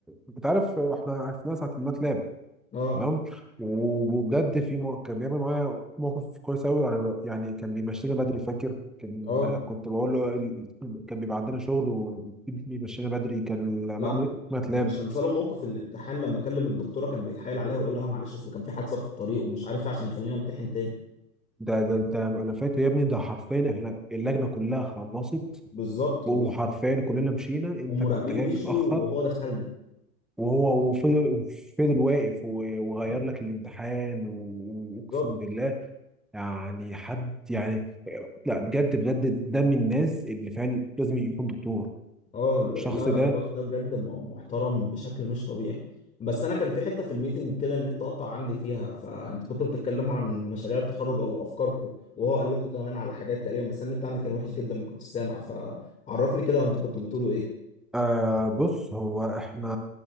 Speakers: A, in the centre; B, on the left.
A: انت عارف احنا عرفناه ساعه الماتلاب
B: أه
A: تمام وبجد في مو... كان بيعمل معايا موقف كويس قوي انا ب- يعني كان بيمشينا بدري فاكر كان
B: أه
A: كنت بقول له ال- كان بيبقى عندنا شغل وبيمشينا بدري كان
B: لا
A: معمل ماتلاب
B: مش هنسى له موقف الامتحان لما كلم الدكتورة كان بيتحايل عليها ويقول لها معلش أصل كان في حادثة في الطريق ومش عارف إيه عشان يخلينا امتحن تاني
A: ده ده ده انا فاكر يا ابني ده حرفيا احنا اللجنه كلها خلصت
B: بالظبط و-
A: وحرفيا كلنا مشينا انت
B: ومراقبين
A: كنت جاي
B: مشيوا
A: متاخر
B: وهو دخلني
A: وهو وفضل وفضل واقف و- وغير لك الامتحان و- واقسم
B: بالظبط
A: بالله يعني حد يعني لا بجد بجد ده من الناس اللي فعلا لازم يكون دكتور
B: اه لا
A: الشخص
B: لا
A: ده
B: الراجل ده بجد م- محترم بشكل مش طبيعي بس انا كان في حته في الميتنج كده النت قطع عندي فيها فانت كنتوا بتتكلموا عن مشاريع التخرج او افكاركم وهو قال لكم كمان على حاجات تقريبا بس أنا النت عندي كان وحش جدا ما كنتش سامع فعرفني كده وانت كنتوا بتقولوا ايه
A: آه بص هو احنا